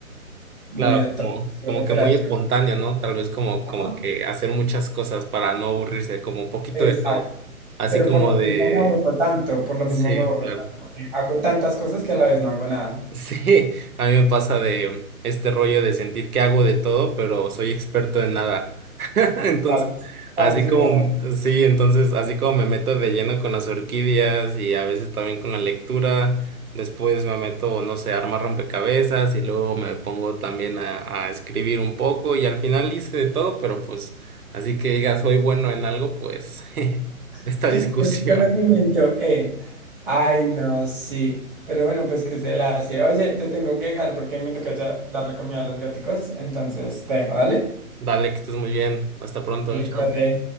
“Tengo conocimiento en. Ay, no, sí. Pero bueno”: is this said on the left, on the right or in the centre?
Right